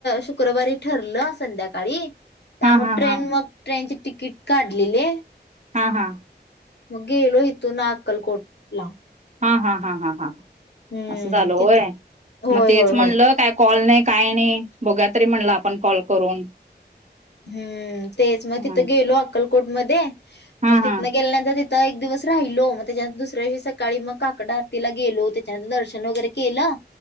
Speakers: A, on the left (about 75°); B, on the right (about 40°).
A: शुक्रवारी ठर संध्याकाळी त्यामुळे
B: हा हा
A: ट्रेन
B: हा
A: म ट्रेनचे तिकीट काढलेले.
B: हा हा.
A: मग गेलो हितून अक्कलकोटला.
B: हा हा हा हा
A: हम्म
B: असं झालं होय,
A: तिथं होय,
B: मग तेच
A: होय,
B: म्हणलं
A: होय.
B: काय कॉल नाही. काय नाही बोघुया तरी म्हणलं आपण कॉल करून.
A: हम्म तेच मग तिथं
B: हा
A: गेलो अक्कलकोट मध्ये
B: हा
A: मग तिथनं
B: हा
A: गेल्यानंतर तिथ आता एक दिवस राहिलो मग त्याच्या दुसऱ्याव सकाळी मग काकड आरतीला गेलो त्याच्यानंत दर्शन वगैरे केलं.